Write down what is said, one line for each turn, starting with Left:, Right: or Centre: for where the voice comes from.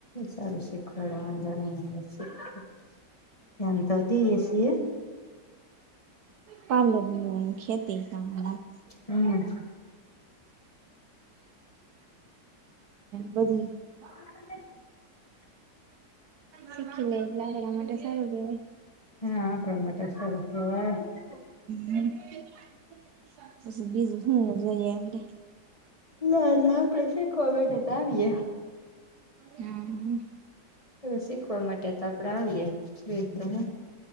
Left: સારો શીખવાડે છે વાંધો નથી આવે એવો ધ્યાન તો દઈએ છીએ
Right: પાર્લર નું અને ખેતી કામ <unintelligible> હમ
Left: હમ
Right: બધી <unintelligible>
Left: હ <unintelligible>
Right: શીખી લે એટલે આપડા માટે સારું કેવાય
Left: શીખી લે એટલે આપણા માટે સારું કહેવાય
Right: હ પછી બીજું શું જોઈએ આપડે
Left: ના ના આપડે શી ખવા બેઠે તો આવીએ.
Right: હા.
Left: શીખવા માટે તો આપડે આવીએ રીતે હ